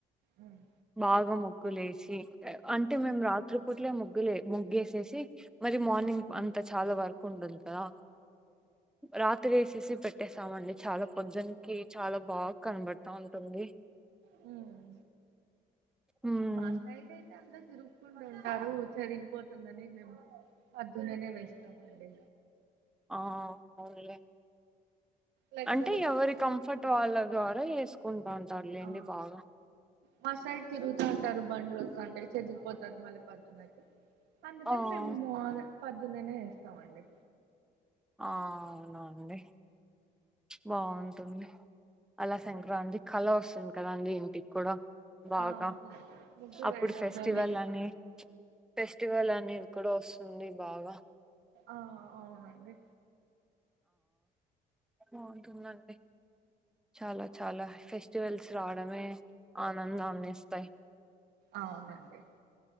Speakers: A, on the right; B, in the centre.
A: ఉమ్,
B: బాగా ము కులేసి అంటే మేం రాత్రి పూట్లే ముగ్గులే ముగ్గేసేసి మరి మార్నింగ్ అంత చాలా వర్క్ ఉంటుంది కదా రాత్రె ఏసేసి పెట్టే స్తామండి చాలా పొద్జనకి చాలా బాగా కనబడతా ఉంటుంది.
A: హ్మ్
B: ఉమ్
A: మా సైడ్ అయితే అంతా తిరుక్కుండ టారు చరిగిపోతుందని మేము పద్దున్నేనే వేస్తామండి.
B: ఆ అవున్లే
A: లేకపోతే
B: అంటే
A: పొద్-
B: ఎవరి కంఫర్ట్ వాళ్ళ ద్వారా ఎసుకుంటాంటర్లేండి
A: ఆ
B: బాగా
A: మా సైడ్ తిరుగుతా ఉంటారు బండ్లు వస్తాంటాయ్ చదిరిపోతారు మళ్ళీ పొద్దునకి అందుకని
B: ఆ
A: మేము మూన పొద్దున్ననే వేస్తామండి
B: ఆ అవునా అండి బాగుంటుంది అలా సంక్రాంతి కళ వస్తుంది కదా అండి ఇంటికి కూడా బాగా
A: ఆ ముగ్గు
B: అప్పుడు
A: వేయడంలోనే
B: ఫెస్టివల్ అని ఫెస్టివల్ అని క్కడ వస్తుంది బాగా
A: ఆ అవునండి
B: బాగుంటుంది అండి చాలా చాలా ఫెస్టివల్స్ రావడమే ఆనందాన్ని ఇస్తాయి
A: అవునండి